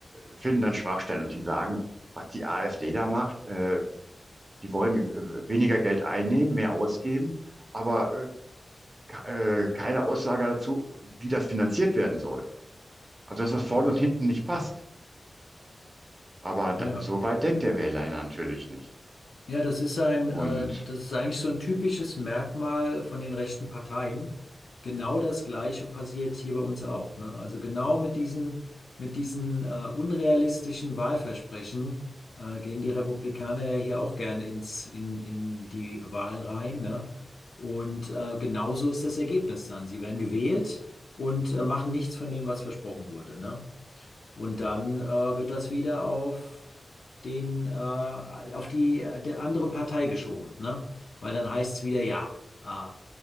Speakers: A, on the right; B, on the left.
A: finden dann Schwachstellen und die sagen, was die AfD da macht, äh, die wollen äh, weniger Geld einnehmen, mehr ausgeben, aber äh, ke- äh, keine Aussage dazu, wie das finanziert werden soll. Also, dass das vorne und hinten nicht passt. Aber da,
B: Ja,
A: so weit denkt der Wähler ja natürlich nicht.
B: ja, das ist ein,
A: Und
B: äh, das ist eigentlich so ein typisches Merkmal von den rechten Parteien. Genau das Gleiche passiert hier bei uns auch, ne? Also genau mit diesen, mit diesen, äh, unrealistischen Wahlversprechen, äh, gehen die Republikaner ja hier auch gerne ins, in, in die Wahl rein, ne? Und äh, genauso ist das Ergebnis dann. Sie werden gewählt und äh, machen nichts von dem, was versprochen wurde, ne? Und dann äh, wird das wieder auf den, äh, auf die, der andere Partei geschoben, ne? Weil dann heißt es wieder, ja, äh,